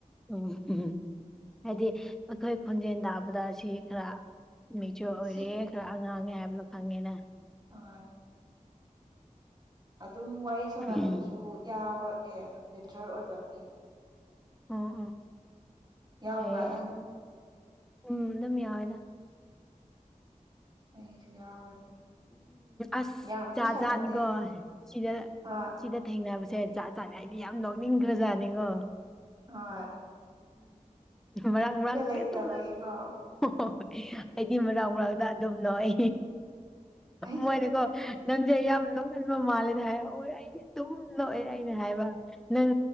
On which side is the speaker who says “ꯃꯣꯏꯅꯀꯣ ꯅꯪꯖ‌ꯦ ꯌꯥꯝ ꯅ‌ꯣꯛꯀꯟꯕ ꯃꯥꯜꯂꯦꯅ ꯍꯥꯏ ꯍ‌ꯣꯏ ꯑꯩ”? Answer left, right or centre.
Centre